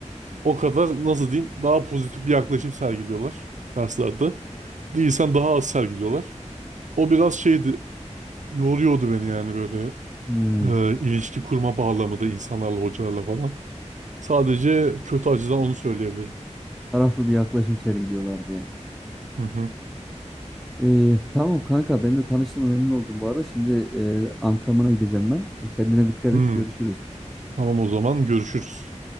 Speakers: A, on the right; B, in the centre.
A: o kadar nasıl diyeyim daha pozitif bir yaklaşım sergiliyorlar derslerde. Değilsen daha az sergiliyorlar. O biraz şeydi yoruyordu beni yani böyle
B: hmm.
A: e, ilişki kurma bağlamında insanlarla hocalarla falan. Sadece kötü acıdan onu söyleyebilirim.
B: Taraflı bir yaklaşım sergiliyorlardı yani.
A: Hı hı.
B: Ee, tamam kanka ben de tanıştığıma memnun oldum bu arada. Şimdi e, antrenmana gideceğim ben. Kendine dikkat
A: Hmm,
B: et. Görüşürüz.
A: Tamam o zaman görüşürüz.